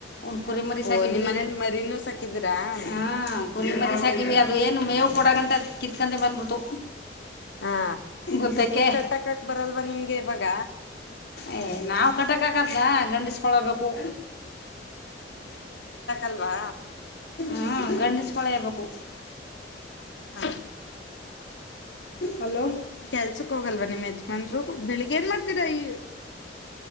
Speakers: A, on the left; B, on the left.
A: ಒಂದು ಕುರಿ ಮರಿ
B: ಓ
A: ಸಾಕಿದ್ವಿ
B: ನಿಮ್ಮ ಮನೇಲಿ ಮರಿನುೂ ಸಾಕಿದಿರಾ.
A: ಹಾಂ ಕುರಿ
B: <unintelligible>
A: ಮರಿ ಸಾಕಿವಿ ಅದು ಏನು ಮೇವು ಕೊಡೋಗಂತ ಕಿತ್ಕೊಂಡೆ ಬಂದ್ಬಿಡ್ತು
B: ಹಾ
A: ಗುದ್ದಕ್ಕೆ
B: ಕಟಾಕಕ್ ಬರಲ್ವ ನಿಮ್ಗೆ ಇವಾಗ
A: ಏ ನಾವ ಕಟ್ಟಕ ಆಗ್ದ ಗಂಡಿಸ್ಕೊಳಬೇಕು.
B: ಅಲ್ವಾ
A: ಹಾ ಗಂಡಿಸ್ಕಳೇಬೇಕು.
B: ಹ
A: ಹಲೋ
B: ಕೆಲ್ಸಕ್ ಹೋಗಲ್ವಾ ನಿಮ್ ಯಜಮನ್ರು ಬೆಳಿಗ್ ಏನ್ ಮಾಡ್ತೀದ ಈ